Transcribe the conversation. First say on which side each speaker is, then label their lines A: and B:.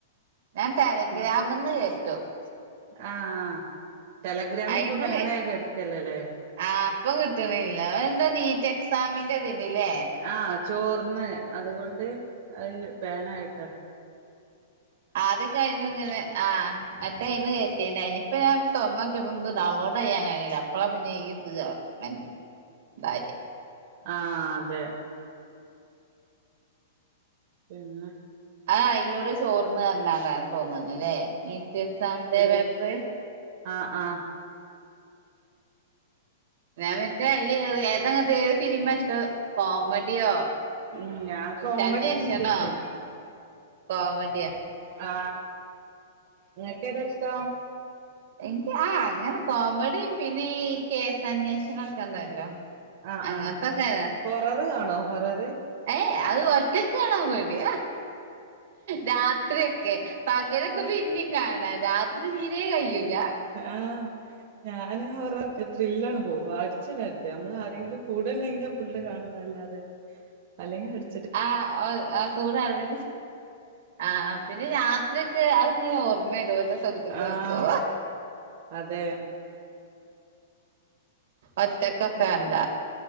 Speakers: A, on the right; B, on the right.
A: ഞാൻ ടെലഗ്രാമിൽ
B: ആ
A: നിന്ന് കയറ്റും <inaudible>
B: ആഹ് ടെലഗ്രാം
A: അയിന്ന്
B: ഇപ്പൊ ബാനായി കെടക്കല്ലല്ലേ
A: ആഹ് ഇപ്പം കിട്ടണില്ല അതെന്താ നീറ്റ് എക്സാമിന്റെതിന്നല്ലേ
B: ആഹ് ചോർന്ന് അതുകൊണ്ട് അത് ബനായിട്ടാ
A: ആത് കഴിഞ്ഞ ഇങ്ങനെ ആ മറ്റേ ഇന്ന് കേറ്റിയേനി ഇപ്പം ഞാൻ തൊറന്നു നോക്കിയപ്പം ഇ ഡൗൺലോഡ് അയ്യാൻ കീ അപ്പള പിന്നെ ഈ ഇത് ഇായ
B: ആ അതെ പിന്നെ
A: ആ അതിലൂടെ ചോർന്ന് തന്നണ്ടൻ തോന്നുന്നു ഇന്നലെ നീറ്റ് എക്സാമിന്റെ പേപ്പ വേ
B: ആ ആ
A: ഞാൻ മറ്റേ അതില് ഏതെങ്ങനത്തെ ഏത് സിനിമ ഇഷ്ടം കോമഡിയോ
B: ഉം ഞാൻ
A: കുറ്റാന്വേഷണോ
B: കോമഡിയാണ് എനിക്കിഷ്ടം
A: കോമഡിയോ
B: ആ നിനക്കേതാ ഇഷ്ടം
A: എനിക്ക് ആ അങ്ങനെ കോമഡിയും പിന്നെ ഈ കേസ് അന്വേഷണ ഒക്കെ ഉണ്ടല്ലോ
B: ആ
A: അങ്ങനത്തൊക്കെ
B: ആ കൊററ് കാണുവോ ഹററ്
A: ഏ ആത് ഒ ചെസ്സ് കാണാൻ പോയി വ്യാ രാ എത്ര ഒക്കെ പകലൊക്കെ
B: ഹൊറർ
A: പിന്നെയും കാണാം രാത്രി നീരെ കഴിയൂല
B: ആഹ് ഞാന് ഓര ത്രില്ലാണ് പോവ അടിച്ചിടുത്ത് നമ്മൾ ആരെങ്കിലും കൂടെണ്ടെങ്കിലിൽ ഫുള്ള് കാണുന്നല്ലാതെ അല്ലെങ്കിൽ അടു
A: ആ ആ കൂറായാണ് പിന്നെ ആ പിന്നെ രാത്രി ര അത് ങ്ങനെ ഓർമ്മ വരുവ ഓരോ സ്ഥലത്തേക്ക്
B: ആഹ്
A: നോക്കുമ്പോ
B: അതെ
A: ഒറ്റക്കൊക്ക എന്താ